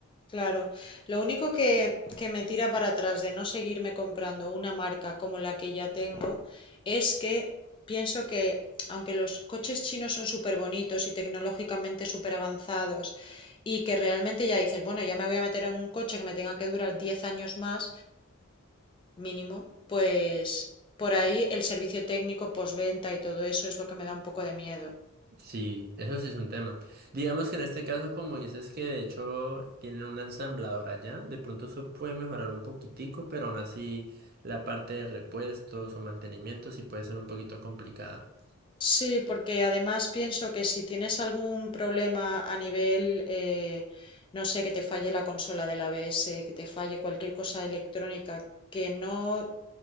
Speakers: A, on the left; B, on the right.
A: claro. Lo único que, que me tira para atrás de no seguirme comprando una marca como la que ya tengo es que pienso que, aunque los coches chinos son súper bonitos y tecnológicamente súper avanzados, y que realmente ya dices, bueno, ya me voy a meter en un coche que me tenga que durar 10 años más mínimo, pues por ahí el servicio técnico, postventa y todo eso es lo que me da un poco de miedo.
B: Sí, eso sí es un tema. Digamos que en este caso, como dices que de hecho tienen una ensambladora ya, de pronto eso puede mejorar un poquitico, pero aún así la parte de repuestos o mantenimiento sí puede ser un poquito complicada.
A: Sí, porque además pienso que si tienes algún problema a nivel, eh, no sé, que te falle la consola del ABS, que te falle cualquier cosa electrónica, que no